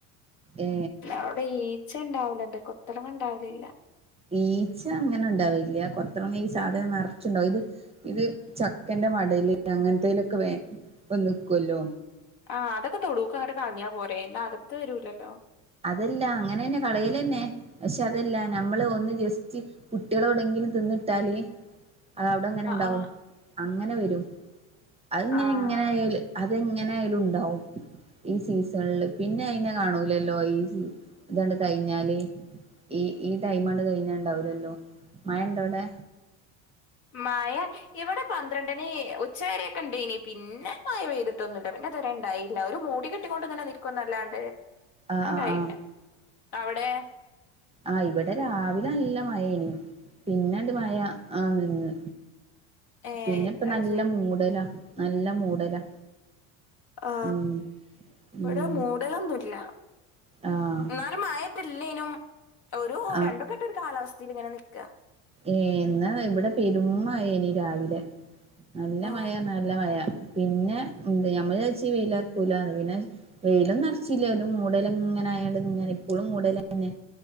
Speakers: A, on the right; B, on the left.
A: ഏ
B: അവിടെ ഈച്ച ഇണ്ടാവല്ണ്ട് കൊത്തളങ്ങ ഇണ്ടാവലില്ല.
A: ഈച്ച അങ്ങനെ ഇണ്ടാവില്ല. കൊത്തിൾങ്ങ ഈ സാധനം നറച്ചുണ്ടാവും ഇത്. ഇത് ചക്കന്റെ മടൽ അങ്ങനത്തേലൊക്കെ വേഗം വന്ന് ക്കുവല്ലോ?
B: ആഅതൊക്കെ തൊടുക്കങ്ങനെ കളഞ്ഞാ പോരേ ഇന്ന അകത്ത് വരൂല്ലല്ലോ?
A: അതല്ല അങ്ങനെന്നെ കളയലെന്നെ പക്ഷെ അതല്ല
B: ആഹ്
A: നമ്മള് ഒന്ന് ജസ്റ്റ്. കുട്ടികള് എവിടെങ്കിലും തിന്നിട്ടാല് അത് അവിടെ അങ്ങനെ ഉണ്ടാവും.
B: ആഹ്
A: അങ്ങനെ വരും അതിങ്ങനെ
B: ആഹ്
A: ഇങ്ങനെ ആയാല്. അതെങ്ങനെയാലും ഉണ്ടാവും ഈ സീസണില് പിന്നെ അതിനെ കാണൂലലോ? ലോ ഇതണ് കഴിഞ്ഞാല്? ഈ, ഈ, ടൈമ് കഴിഞ്ഞ ഉണ്ടാവില്ലല്ലോ? മഴ ഉണ്ടോവിടെ?
B: മഴ. ഇവിടെ പന്ത്രണ്ടിണി ഉച്ചവരെയൊക്കെ ഉ ണ്ടായിനീ പിന്നെ മഴ പെയ്തിട്ടൊന്നുല്ല. പിന്നെ ഇതുവരെ ഉണ്ടായില്ല ഒരു മൂടി കെട്ട്- ട്ടികൊണ്ട് ഇങ്ങനെ നിക്കുന്നല്ലാണ്ട്
A: ആഹ്
B: ഉണ്ടായില്ല
A: ആഹ്
B: അവിടെ?
A: ആ, ഇവിടെ രാവിലെ നല്ല മഴ ഏന് പിന്നെണ്ട് മഴ ആ നിന്ന്.
B: ഏ
A: പിന്നെ ഇപ്പ
B: അത്
A: നല്ല
B: ശരി
A: മൂടലാ നല്ല മൂടലാ.
B: ആ,
A: ഉം ഉം
B: ഇവിടെ മൂടലൊന്നുല്ല.
A: ആഹ്
B: എന്നാലും മഴ ല്ലേനും ഒരു
A: ആ
B: രണ്ടുംക്കെട്ട ഒരു കാലാവസ്ഥയിൽ ഇങ്ങനെ നിക്ക.
A: ഏ, എന്നാൽ ഇവിടെ പെരുമ്മഴ ന് രാവിലെ നല്ല
B: ഏ
A: മഴ, നല്ല മഴ, പിന്നെ ഞമ്മൾ വിചാരിച്ച് വായില്ലാർക്കുല്ലന്ന് പിന്നെ വെയിലൊന്നും അർച്ചില്ലേലും മൂടല് ങ്ങനെ ആയാ ണ്ട് ങ്ങനെ ഇപ്പോഴും മൂടല് ന്നെ.